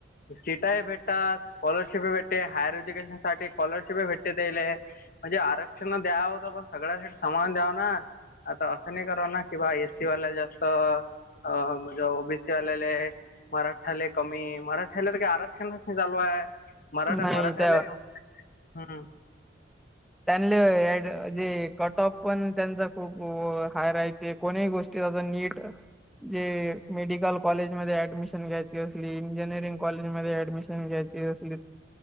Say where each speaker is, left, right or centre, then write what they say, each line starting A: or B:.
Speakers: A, on the left (about 50°); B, in the centre.
A: सीटाही भेटतात, स्कॉलरशिपही भेटते, हायर एज्युकेशन साठी स्कॉलरशिपही भेटते त्यायले. म्हणजे आरक्षण द्याव तर पण सगळ्यासाठी समान द्यावं ना. आता असं नाही कराव ना कि बा एसी वाल्याला जास्त अ म्हणजे ओबीसी वालेले मराठ्यालेय कमी, मराठ्याला तर काही आरक्षणच नाही चालू आय. मराठा
B: नाही
A: मराठ्याले
B: त्या
A: हम्म.
B: त्यांले जे कटऑफ पण त्यांच खूप हाय राहते कोणी गोष्टी त्यो अजून नीट जे मेडिकल कॉलेज मध्ये ऍडमिशन घ्यायची असली इंजिनिअरिंग कॉलेज मध्ये ऍडमिशन घ्यायची